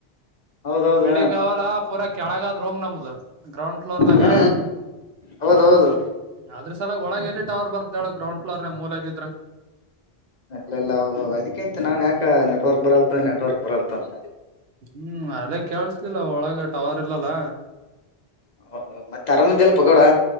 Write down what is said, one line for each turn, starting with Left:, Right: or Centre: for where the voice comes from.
Left: ಹೌದೌದ
Right: ಬಿಲ್ಡಿಂಗ್ ಅವಲ್ಲ ಪೂರಾ ಕೆಳಗಾದ್ ರೂಮ್ ನಮ್ದ ಗ್ರೌಂಡ್ ಫ್ಲೋ ಫ್ಲೋರ್ದಾಗ.
Left: ಹಾ ಹೌದೌದು.
Right: ಆದ್ರ ಸಲ ಒಳಗೆ ಎಲ್ಲಿ ಟವರ್ ಬರತ್ತ್ ಹೇಳು ಗ್ರೌಂಡ್ಫ್ಲೋರ್ ನ ಮೂಲ್ಯಾಗ ಇದ್ರ.
Left: ಲ್ಲ ಎಲ್ಲ ಹೌದೌದು ಅದಕ್ಕಿಂತ ನಾನ್ ಯಾಕ ನೆಟ್ವರ್ಕ್ ಬರಲ್ತ್ ನೆಟ್ವರ್ಕ್ ಬರಲ್ತ ಅಂತ.
Right: ಹ್ಮ್ ಅದೇ ಕೇಳ್ಸಲಿಲ್ಲ ಒಳಗ ಟವರ್ ಇಲ್ಲಲ್ಲ.
Left: ಹೌ ಮತ್ತೆ ಅರಾಮ್ದಲ್ಲಿ ಪ ಗೌಡಾ